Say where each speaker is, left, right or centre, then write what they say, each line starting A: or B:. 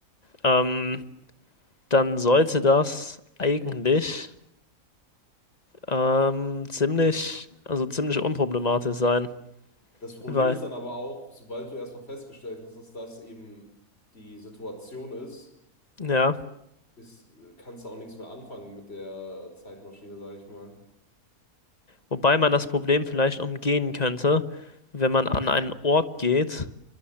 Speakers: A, on the left; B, on the left.
A: ähm, dann sollte das eigentlich ähm, ziemlich, also ziemlich unproblematisch sein,
B: Das Problem
A: weil,
B: ist dann aber auch, sobald du erstmal festgestellt hast, dass das eben die Situation ist,
A: ja,
B: ist, kannst du auch nichts mehr anfangen mit der Zeitmaschine, sage ich mal.
A: wobei man das Problem vielleicht umgehen könnte, wenn man an einen Ort geht,